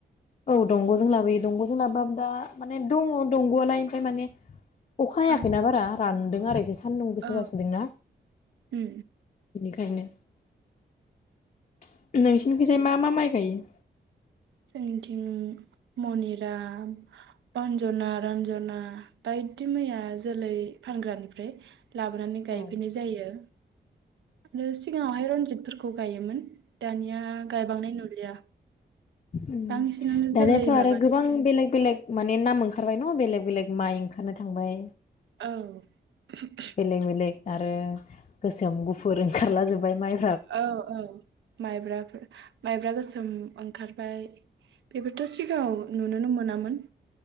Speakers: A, on the left; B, on the right.
A: औ दंग'जों लाबोयो दंग'जों लाबोबाबो दा माने दङ दंग'आलाय ओमफ्राय माने अखा हायाखैना
B: औ
A: बारा रान दों आरो एसे एसे सान्दुं गोसा
B: औ
A: जासोदोंना
B: उम
A: बिनि खायनो नोंसिनिखैजाय मा मा माइ गायो?
B: जोंनिथिं मनिरा अन्जना रन्जना बाय दि मैया जोलै फानग्रानिफ्राय लाबोनानै गायफैनाय
A: औ
B: जायो। आरो सिगाङावहाय रनजितफोर खौ गायोमोन। दानिया गायबांनाय नुलिया।
A: उम
B: बांसिनानो
A: दानियाथ'
B: जोलै
A: आरो
B: माबानिफ्राय
A: गोबां बेलेग बेलेग माने नाम ओंखारबाय न' बेलेग बेलेग माइ ओंखारनो थांबाय
B: औ। <unintelligible>
A: बेलेग बेलेग आरो गोसोम गुफुर ओंखारलाजोब्बाय माइ
B: औ औ माइब्राफोर माइब्रा गोसोम ओंखार बाय। बेबोथ' सिगाङाव नुनोनो मो मोनामोन।